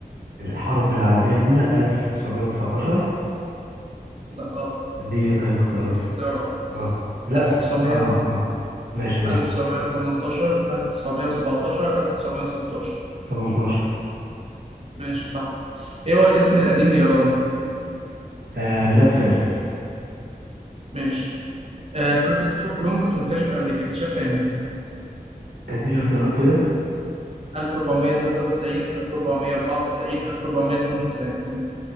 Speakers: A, on the right; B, on the right.
A: الحرب العالمية الأولى 1919
B: لا غلط
A: اديني طيب اختيارات
B: أديك اختيارات
A: اه لا
B: 1908
A: س... اه اه ماشي قول
B: 1918 1917 1916
A: 18
B: ماشي صح إيه هو الاسم القديم لإيران؟
A: آه بلاد فارس
B: ماشي آه كريستوفر كولومبوس مكتشف أمريكا اكتشفها إمتى؟
A: اديني اختيارات كده
B: 1493 1494 1492